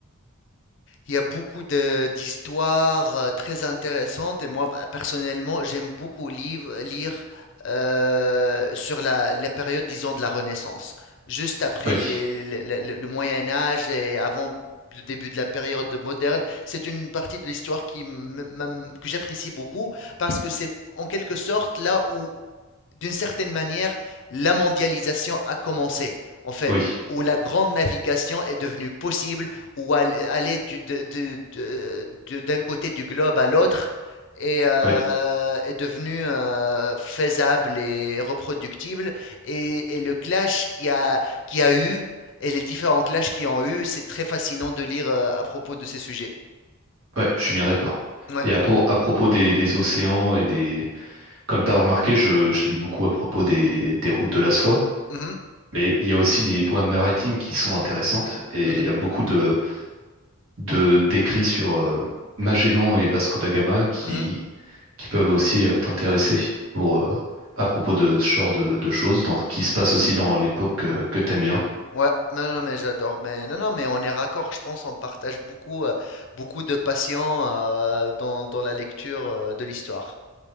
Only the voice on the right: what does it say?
Oui,
oui,
oui,
ouais, je suis bien d'accord.
Et à, pro- à propos des, des océans et des, Comme tu as remarqué, je, je lis beaucoup à propos des, des routes de la soie,
mais il y a aussi les voies maritimes qui sont intéressantes et
il y a beaucoup de, de, d'écrits sur euh, Magellan et Vasco da Gama qui,
qui peuvent aussi euh, t'intéresser pour, euh, à propos de ce genre de, de choses dans, qui se passe aussi dans l'époque que, que t'aimes bien.